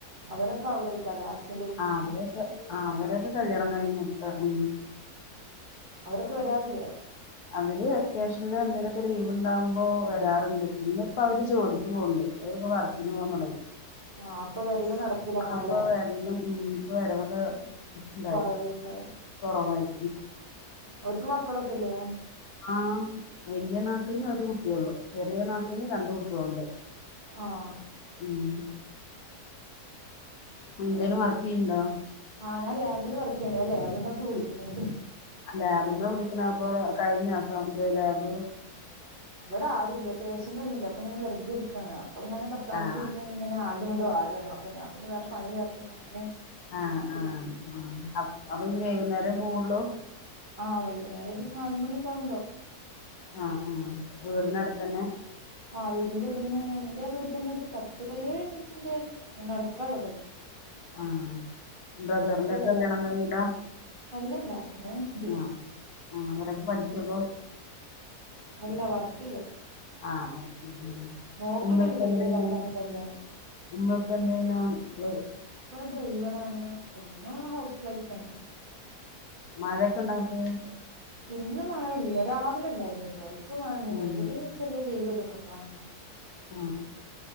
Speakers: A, on the right; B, on the left.
A: അവരൊക്കെ അവിടെക്കാരം ലാസ്
B: ആ അവരൊക്കെ ആ അവരൊക്കെ കല്യാണം കഴിഞ്ഞിട്ട് ഉം
A: ക്ക്‌ വരാറില്ലേ
B: അവര് വെക്കേഷനില് എന്തെലുക്കെ ലീവ് ഉണ്ടാവുമ്പോ വരാറ്ണ്ട് പിന്നെ ഇപ്പോ അവര് ജോലിക്ക് പോക്ണ്ട് അവരൊക്കെ വർക്കിന് പോന്നൊണ്ടേ
A: ആഹ് അപ്പൊ വരല് നടക്കൂല അങ്ങനെല്ലേ
B: അപ്പൊ വരല് ഉം ഇപ്പ വരവ് അ ഉണ്ടായി
A: കൊറവേക്കാരം
B: കൊറവായി
A: ഒൽക്ക് മക്കളൊക്കെല്ലെ
B: ആഹ് വലിയ നാത്തുന് ഒരു കുട്ടിയെഒള്ളു ചെറിയ നാത്തുന് രണ്ടു കുട്ടികളുണ്ട്
A: ആഹ്
B: ഉം എന്തേലും വർക്ക് ചെയ്യണ്ടോ
A: ആഹ് ഞാൻ ലാബില് വർക്ക് ചെയ്യണെലെ അപ്പ എന്താ അപ്പ എന്താ വിളിക്ക്ണത്
B: ലാബ്ന്ന് വിളിക്കണെ പ്പോ കഴിഞ്ഞോ സ ഇത് ലാബ്
A: ഇവിടെ ആരുല്ല പേഷ്യന്റ് ഒന്നും ഇല്ല അപ്പൊങ്ങനെ വെറുതെ ഇരിക്കാണ് അപ്പൊ ഇങ്ങനെ കസാലെ
B: ആഹ്
A: ഇരുന്ന് ഇങ്ങനെ ആട് ടു ആടുആണോ അപ്പൊ ഞാൻ പിന്നെ വേറെ പണിയില്ലാത്തോണ്ട് അങ്ങനെ
B: ആഹ്
A: നിച്ചതാ
B: ആഹ് ആ അപ്പൊ ഇഞ്ഞി വൈകുന്നേരം പോവൊള്ളു
A: ആഹ് വൈകുന്നേരം ഒരു നാലുമണിയൊക്ക ആവുണ്ടാവും
B: ആഹ് ആ വീടിനടുത്തന്നെ
A: ആഹ് വീടിന്റെ ഇവിടുന്ന് എന്റെ വീട്ടിന്ന് ഒരു പത്ത് പതിനേഴ് മിനിറ്റിന്റെ നടക്കാള്ളത് ള്ളൂ
B: ആഹ് ബ്രദറിന്റെ ഒക്കെ
A: വരാറ്
B: കല്യാണം കഴിഞ്ഞതാ
A: അല്ലല്ല കല്യാണം കഴിഞ്ഞിട്ടില്ല
B: ആഹ് ആ അവരൊക്കെ പഠിക്കപ്പൊ
A: അല്ല വർക്ക് ചെയ്യാ
B: ആ <unintelligible>
A: നോക്കണുണ്ട്
B: എന്താണ്
A: വലിയ കാക്കാന്റെ കല്യാണം
B: ഉമ്മ ഉപ്പ എന്ത് ചെയ്യണ് വെ
A: ഇപ്പൊ ഡ്രൈവർ ആണ് ഒന്ന് ഹൗസ് വൈഫന്ന
B: മഴൊക്കെ ഉണ്ടായിട്ട്ണ്ട
A: ഇന്ന് മഴ ഇല്ല രാവിലെ ഉണ്ടായിരുന്നു കേട്ടോ ഇപ്പൊ മഴൊന്നുമല്ല
B: ആഹ്
A: ഇപ്പൊ ഒരു ചെറിയ വെയില ഇതൊക്കെ കാണ
B: ആ